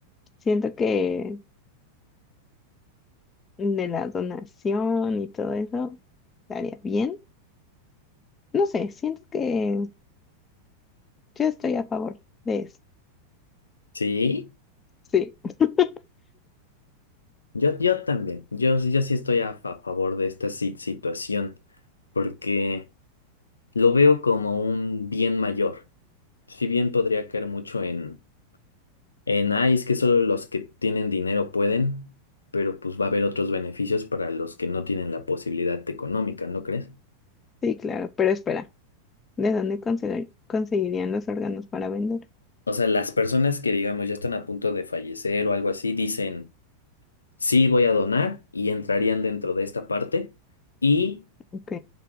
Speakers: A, on the left; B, on the left.
A: siento que de la donación y todo eso estaría bien. No sé, siento que yo estoy a favor de eso.
B: Sí,
A: Sí, <laughs>
B: yo, yo también. Yo, yo sí estoy a, fa- favor de esta si- situación porque lo veo como un bien mayor. Si bien podría caer mucho en En, ay, es que solo los que tienen dinero pueden, pero pues va a haber otros beneficios para los que no tienen la posibilidad económica, ¿no crees?
A: sí, claro, pero espera, ¿de dónde conseguir- conseguirían los órganos para vender?
B: O sea, las personas que digamos ya están a punto de fallecer o algo así, dicen, sí, voy a donar y entrarían dentro de esta parte. Y
A: Ok,